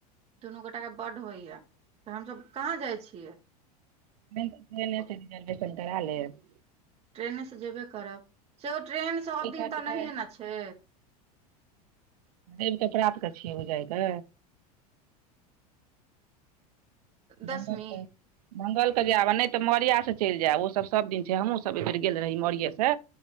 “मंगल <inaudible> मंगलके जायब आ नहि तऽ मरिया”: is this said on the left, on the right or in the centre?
Right